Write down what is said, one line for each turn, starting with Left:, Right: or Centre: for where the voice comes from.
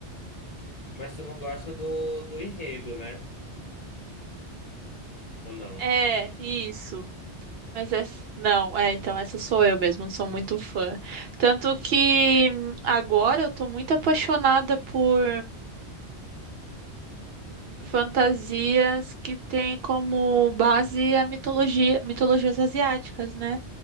Left: Mas tu não gosta do, do enredo, né? Ou não?
Right: É, isso. Mas essa. Não, é, então essa sou eu mesmo, não sou muito fã. Tanto que hum, agora eu tô muito apaixonada por. Fantasias que têm como base a mitologia, mitologias asiáticas, né?